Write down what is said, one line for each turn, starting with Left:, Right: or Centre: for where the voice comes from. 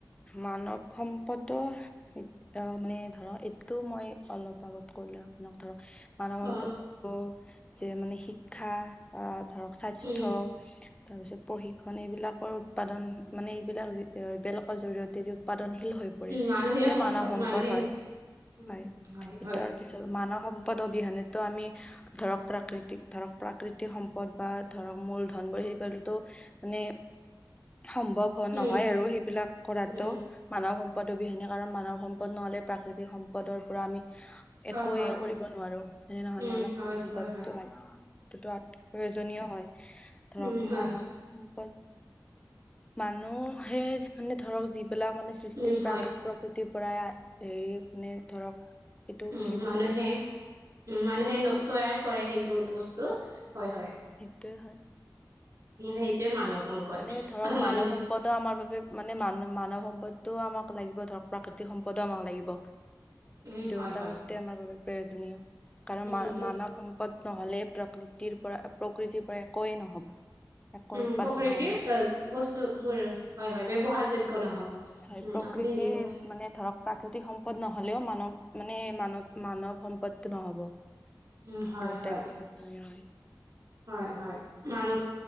Left: মানৱ সম্পদৰ। অ মানে ধৰ এইটো মই অলপ আগত কলো আপোনাক ধৰক। মানৱ সম্পত
Right: অ'
Left: যে মানে শিক্ষা বা ধৰক স্বাস্থ্য।
Right: উম,
Left: তাৰ পিছত পঢ়ি মানে এইবিলাকৰ উৎপাদন মানে এইবিলাক এইবিলাকৰ জৰি়য়তে যি উৎপাদনশীল হৈ পৰে
Right: উম
Left: এইটোৱে
Right: মানুহে
Left: মানৱ সম্পদ
Right: মানুহে
Left: হয়।
Right: উম,
Left: হয়,
Right: উম হয়।
Left: তাৰ পিছত মানৱ সম্প পদ অবিহনেটো আমি ধৰক প্ৰাকৃতিক, ধৰক প্ৰাকৃতিক সম্পদ বা ধৰক মূলধনবোৰ সেইবোৰতো মানে সম্ভৱ হ'
Right: উম, উম,
Left: নহয় আৰু সেইবিলাক কৰাতো।
Right: উম
Left: মানৱ সম্পদ অবিহনে কাৰণ মানৱ সম্পদ নহ'লে প্ৰাকৃতিক সম্পদৰ পৰা আমি একোৱে
Right: অ' হয়,
Left: কৰিব নোৱাৰো হয় নহয়
Right: উম
Left: মানব
Right: হয়,
Left: সম্পদটো
Right: হয়, হয়,
Left: লাগ এইতোটো প্ৰয়োজনীয় হয় ধৰক
Right: উম হয়,
Left: মানৱ সম্প মানুহে মানে ধৰক যিবিলাক মানে সৃষ্টি
Right: উম
Left: প্ৰাকৃ
Right: হয়।
Left: প্ৰকৃতিৰ পৰাই হেৰি মানে ধৰক। এইটো
Right: উম
Left: কি বুলি
Right: মানুহে উম মানুহে তৈয়াৰ কৰে সেইবোৰ বস্তু হয় হয়।
Left: সেইটোৱে হয়।
Right: সেইটোৱে মানৱ সম্পদ
Left: মানে ধৰক মানৱ
Right: মানুহে
Left: সম্পদো আমাৰ বাবে মানে মান মানৱ সম্পদটোও আমাক লাগিব ধৰক প্ৰাকৃতিক সম্পদো আমাক লাগিব।
Right: উম
Left: দুয়োটা
Right: হয়, হয়।
Left: বস্তুএ আমাৰ বাবে প্ৰয়োজনীয়, কাৰণ
Right: উম,
Left: মা
Right: ত
Left: মানৱ সম্পদ নহ'লে, প্ৰকৃতিৰ পৰা প্ৰকৃতিৰ পৰা একোৱে নহ'ব। একো
Right: উম।
Left: উৎপাদন
Right: প্ৰকৃতিৰ
Left: নহ'ব
Right: বস্তু বোৰ হয় হয়
Left: পাৰে।
Right: ব্যৱহাৰযোগ্য নহ'ব।
Left: হয়
Right: উম,
Left: প্ৰকৃতিৰ
Right: আপুনি যি ক'ব
Left: মানে ধৰক প্ৰাকৃতিক সম্পদ নহ'লেও মানৱ মানে মানৱ মানৱ সম্পদটো নহ'ব। দুয়োটাই
Right: উম, হয়, হয়,
Left: প্ৰয়োজনীয় হয়।
Right: হয় হয় মানৱ